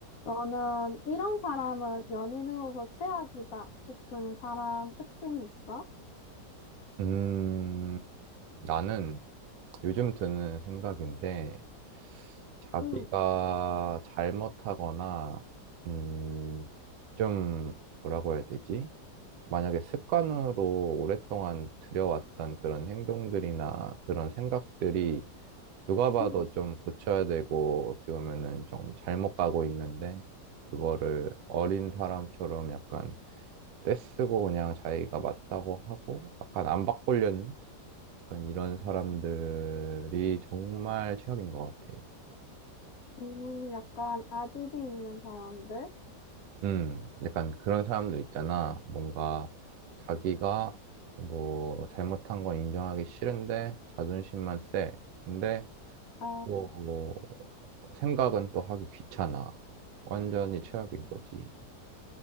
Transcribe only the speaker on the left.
너는 이런 사람은 연인으로서 최악이다 싶은 사람 특징 있어?
응,
응,
음, 약간 아집이 있는 사람들?
아,